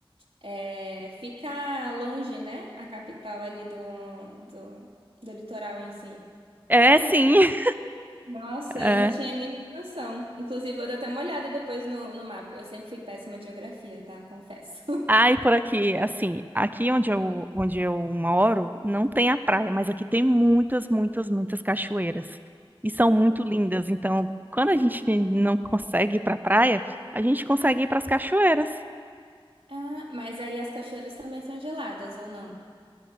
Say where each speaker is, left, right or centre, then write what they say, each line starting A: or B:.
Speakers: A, on the right; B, on the right.
A: É, ficar longe, né? A capital ali do, do, do litoral em si.
B: É sim.
A: Nossa,
B: <laughs>
A: eu não tinha a mínima noção. Inclusive, vou dar até uma olhada depois no, no mapa. Eu sempre fui péssima de geografia, tá? Confesso.
B: Ai, por aqui, assim, aqui onde eu, onde eu moro, não tem a praia, mas aqui tem muitas, muitas, muitas cachoeiras. E são muito lindas. Então, quando a gente
A: <laughs>
B: não consegue ir pra praia, a gente consegue ir para as cachoeiras.
A: Ah, mas aí as cachoeiras também são geladas, ou não?